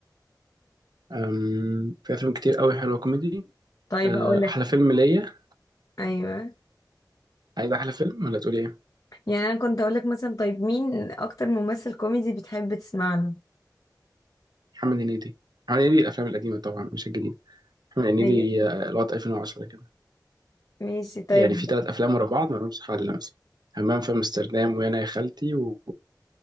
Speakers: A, on the right; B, on the left.
A: أم، في أفلام كتير قوي حلوة كوميدي
B: طيب
A: أه،
B: هقولك
A: أحلى فيلم ليا
B: أيوة
A: عايز أحلى فيلم ولا تقولي إيه؟
B: يعني أنا كنت أقولك مثلا طيب مين أكتر ممثل كوميدي بتحب تسمع له
A: محمد هنيدي محمد هنيدي الأفلام القديمة طبعا مش الجديدة محمد هنيدي
B: أيوة
A: أه، لغاية 2010 كده
B: ماشي طيب
A: يعني في تلات أفلام ورا بعض ملهمش حل مثلا همام في أمستردام وأنا يا خالتي و-